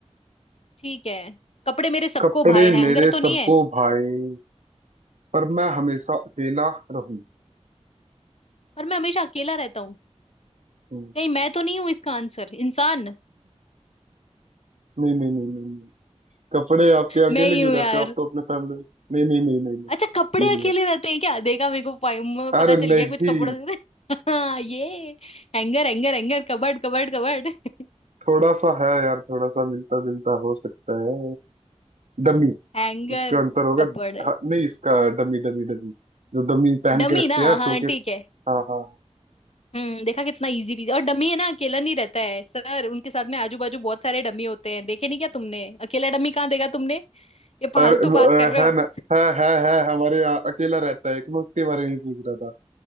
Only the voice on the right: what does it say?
कपड़े
मेरे
सबको
भाई पर मैं हमेशा अकेला रहूं
हम्म,
नहीं नहीं नहीं नहीं नहीं। कपड़े आपके
अकेले
क्यों
रहते
हो आप तो अपने फैमिली नहीं नहीं नहीं नहीं नहीं
ये
नहीं है
अरे
नहीं
थोड़ा सा है यार थोड़ा सा मिलता जुलता हो सकता है डमी
इसका आंसर होगा
हाँ, नहीं इसका डमी डमी डमी जो डमी पहन
के रखते
हैं
शोकेस
हाँ हाँ
अरे अ,
है
ना है है है हमारे यहाँ अकेला रहता है एक मैं उसके बारे में ही पूछ रहा था